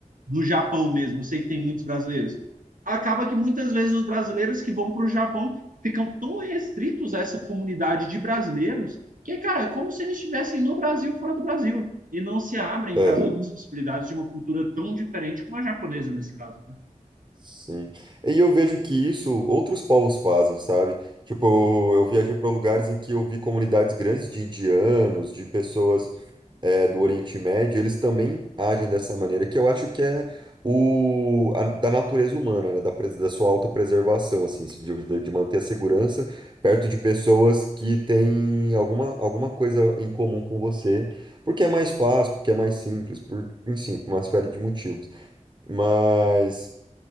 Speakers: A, on the right; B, on the right.
A: no Japão mesmo, eu sei que tem muitos brasileiros. Acaba que muitas vezes os brasileiros que vão para o Japão ficam tão restritos a essa comunidade de brasileiros que, cara, é como se eles estivessem no Brasil fora do Brasil e não se abrem
B: É,
A: para as outras possibilidades de uma cultura tão diferente como a japonesa nesse caso, né?
B: sim. E eu vejo que isso outros povos fazem, sabe? Tipo, eu viajei para lugares em que eu vi comunidades grandes de indianos, de pessoas é, do Oriente Médio, eles também agem dessa maneira, que eu acho que é o, a- da natureza humana, né? Da, pres- da sua autopreservação, assim, de, de de manter a segurança perto de pessoas que têm alguma, alguma coisa em comum com você, porque é mais fácil, porque é mais simples, por, enfim, por uma série de motivos. Mas.